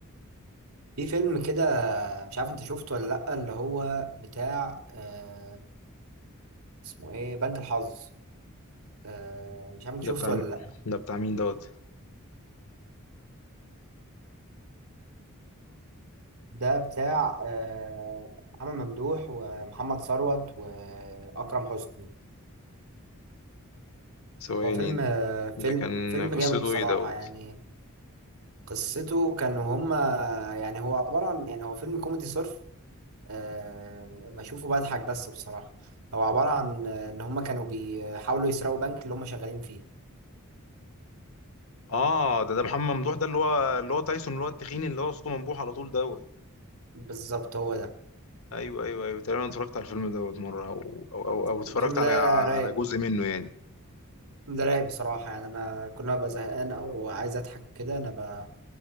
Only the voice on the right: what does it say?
في فيلم كده مش عارف انت شفته ولا لأ اللي هو بتاع آه اسمه ايه بنك الحظ آه مش عارف انت شفته
ولا
لأ
ده بتاع آه محمد ممدوح ومحمد ثروت وأكرم حسني
هو فيلم آه فيلم
فيلم
جامد بصراحة
يعني قصته كانوا هما يعني هو عبارة عن يعني هو فيلم كوميدي صرف أه بشوفه بضحك بس بصراحة هو عبارة عن آه، إن هما كانوا بيحاولوا يسرقوا بنك اللي هما شغالين فيه
بالظبط هو ده
الفيلم
ده
رايق
الفيلم ده رايق بصراحة يعني أنا كل ما ببقى زهقان أو عايز أضحك وكده أنا ب...